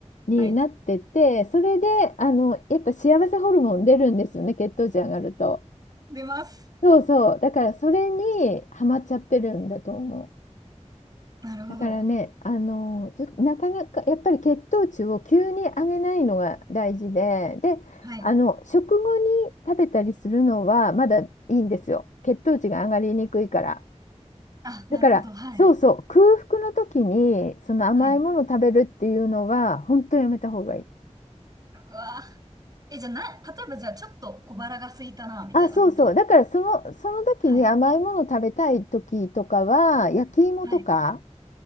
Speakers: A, on the left; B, on the right.
A: になっててそれであのやっぱ幸せホルモン出るんですよね血糖値上がると。
B: はい。出ます。
A: そうそうだからそれにハマっちゃってるんだと思う。
B: なるほど。
A: だからね、あのずなかなかやっぱり血糖値を急に上げないのが大事で、で、
B: はい。
A: あの食後に食べたりするのはまだいいんですよ。血糖値が上がりにくいから。
B: あ、なるほど。
A: だからそうそう、
B: はい。
A: 空腹の時にその甘いものを食べるっていうのは本当やめた方がいい。
B: はい。うわ。え、じゃあな、例えばじゃあちょっと小腹が空いたな、みたいな時。
A: あ、そうそう。だからその、その時に甘いものを食べたい時とかは焼き芋とか
B: はい。はい。